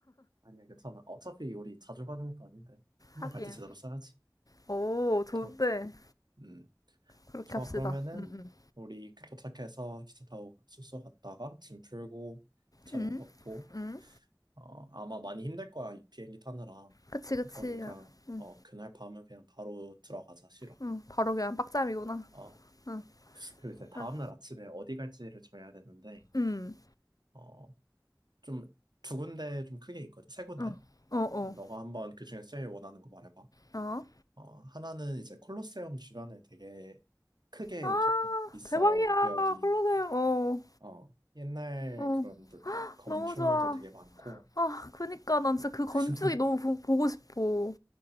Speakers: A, on the right; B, on the left.
A: 아니야, 괜찮아. 어차피 우리 자주 가는 것도 아닌데. 한
B: 하긴.
A: 번 갈 때 제대로 써야지.
B: 오, 좋은데.
A: 오케이. 음,
B: 그렇게
A: 좋아.
B: 합시다.
A: 그러면은,
B: 응, 응.
A: 우리 그 도착해서 기차 타고 숙소 갔다가 짐 풀고, 저녁
B: 응?
A: 먹고,
B: 응?
A: 어, 아마 많이 힘들 거야, 이 비행기 타느라.
B: 그치, 그치.
A: 그러니까,
B: 응,
A: 어, 그날 밤은 그냥 바로 들어가자, 싫어.
B: 응. 바로 그냥 빡짬이구나.
A: 어,
B: 응,
A: 그리고 이제 다음날
B: 응.
A: 아침에 어디 갈지를 정해야 되는데,
B: 응,
A: 어, 좀 두 군데 좀 크게 있거든, 세 군데?
B: 응. 어, 어.
A: 너가 한번 그중에 제일 원하는 거 말해봐.
B: 어?
A: 어, 하나는 이제 콜로세움 주변에 되게 크게
B: 아,
A: 이렇게 거- 있어,
B: 대박이야.
A: 구역이.
B: 콜로세움. 어,
A: 어, 옛날
B: 어,
A: 그런 물- 건축물들
B: 너무 좋아.
A: 되게 많고.
B: 아, 그니까 난 진짜 그 건축이
A: <laughs>
B: 너무 보, 보고 싶어.